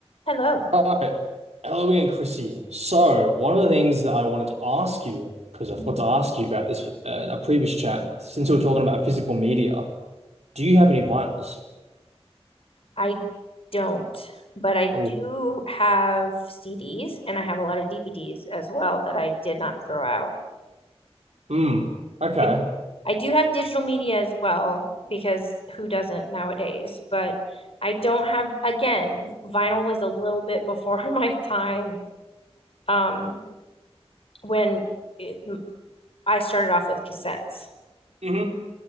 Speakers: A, on the left; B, on the right.
A: Hello.
B: All right. Hello again, Chrissy. So, one of the things that I wanted to ask you, because
A: Mhm.
B: I forgot to ask you about this uh, in a previous chat, since we were talking about physical media, do you have any vinyls?
A: I don't, but I
B: Oh,
A: do have CDs and I have a lot of DVDs as well that I did not throw out.
B: mm, okay.
A: I I do have digital media as well because who doesn't nowadays? But I don't have, again, vinyl was a little bit before <laughs> my time um when it, I started off with cassettes.
B: hmm